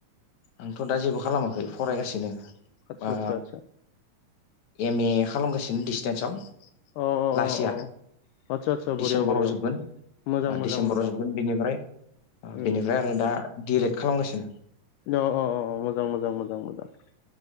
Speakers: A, on the left; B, on the left.
A: आंथ' दा जेबो खालामाखै फरायगासिनो
B: आदसा
A: बा
B: आदसा आदसा
A: एम ए खालामगासिनो दिसटेन्साव।
B: अ अ
A: लास्ट
B: अ
A: इयार
B: अ आदसा आदसा
A: डिसेम्बराव
B: बरिया बरिया
A: जोबगोन
B: मोजां मोजां
A: डिसेम्बराव
B: मोजां
A: जोबगोन
B: मोजां
A: बेनिफ्राय अ
B: उम
A: बेनिफ्राय आरो दा डि ए लेद खालामगासिनो
B: अ अ अ मोजां मोजां मोजां मोजां अ